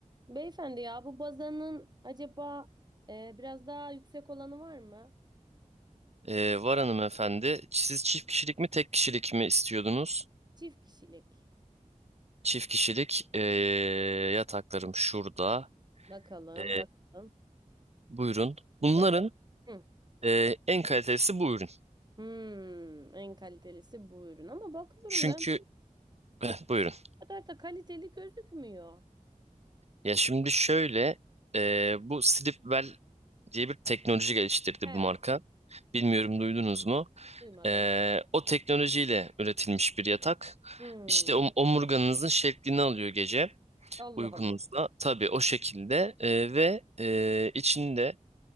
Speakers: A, on the right; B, on the right.
A: Beyefendi ya bu bazanın acaba e, biraz daha yüksek olanı var mı?
B: Ee, var hanımefendi. Siz çift kişilik mi tek kişilik mi istiyordunuz?
A: Çift kişilik.
B: Çift kişilik ee, yataklarım şurada.
A: Bakalım
B: Ee,
A: bakalım.
B: buyurun. Bunların
A: Ya, hı,
B: ee, en kalitelisi bu ürün.
A: hmm, en kalitelisi bu ürün ama bakıyorum
B: Çünkü
A: da
B: eh, buyurun.
A: o kadar da kaliteli gözükmüyor.
B: Ya şimdi şöyle ee, bu Sleepwell diye bir teknoloji geliştirdi
A: He,
B: bu marka. Bilmiyorum duydunuz mu?
A: duymadım.
B: Ee, o teknolojiyle üretilmiş bir yatak.
A: Hmm,
B: İşte om- omurganızın şeklini alıyor gece.
A: Allah
B: uygunsa
A: Allah.
B: tabii o şekilde e, ve e, içinde